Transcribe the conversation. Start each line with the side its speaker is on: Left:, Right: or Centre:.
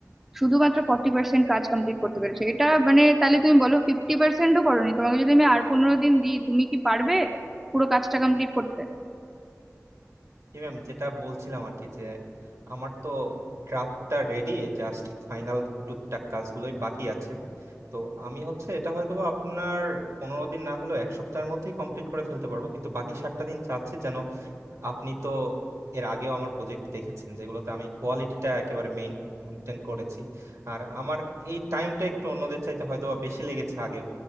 Centre: শুধুমাত্র ফর্টি পার্সেন্ট কাজ কমপ্লিট করতে পেরেছো এটা মানে তাহলে তুমি বলো ফিফটি পার্সেন্টও করোনি তোমাকে যদি আমি আর পনেরো দিন দিই তুমি কি পারবে পুরো কাজটা কমপ্লিট করতে
Right: জি ম্যাম যেটা বলছিলাম আর কি যে আমার তো ড্রাফটটা রেডি জাস্ট ফাইনাল টুকটাক কাজগুলোই বাকি আছে তো আমি হচ্ছে এটা হয়তো বা আপনার পনেরো দিন না হলেও এক সপ্তাহের মধ্যেই কমপ্লিট করে ফেলতে পারবো কিন্তু বাকি সাতটা দিন চাচ্ছি যেন আপনি তো এর আগেও আমার প্রজেক্ট দেখেছেন যেগুলোতে আমি কোয়ালিটিটা একেবারে মেনটেন করেছি আর আমার এই টাইমটা একটু অন্যদের চাইতে হয়তো বা বেশি লেগেছে আগেও